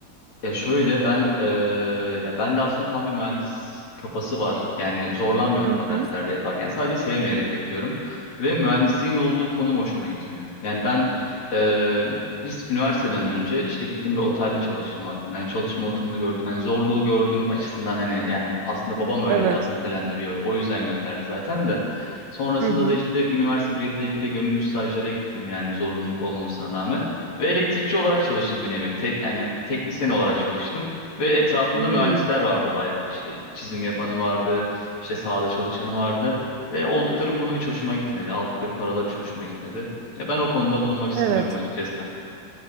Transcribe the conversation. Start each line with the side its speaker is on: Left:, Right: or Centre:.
Left: Ya şöyle ben eee, ya ben de aslında tam bir mühendis kafası var. Yani zorlanmıyorum
Right: Hı
Left: da derslerde
Right: hı.
Left: yaparken. Sadece sevmeyerek yapıyorum. Ve mühendisliğin olduğu konum hoşuma gitmiyor. Yani ben eee lis- üniversiteden önce işte gittim bir otelde çalıştım vaktinden. çalışma ortamını gördüm. Yani zorluğu gördüm açısından hani yani aslında babam öyle
Right: Evet.
Left: biraz nitelendiriyor. O yüzden gönderdi zaten de. Sonrasında
Right: Hı hı.
Left: da işte üniversite 1'de 2'de gönüllü stajlara gittim yani zorunluluk olmamasına rağmen. Ve elektrikçi olarak çalıştım bir nevi. Te- yani teknisyen olarak çalıştım. Ve etrafımda
Right: Hmm.
Left: mühendisler vardı bayağı. İşte çizim yapanı vardı, işte sahada çalışanı vardı. Ve oldukları konum hiç hoşuma gitmedi. Aldıkları paralar hiç hoşuma gitmedi. Ya ben o konuda bulunmak istemiyorum
Right: Evet.
Left: açıkçası.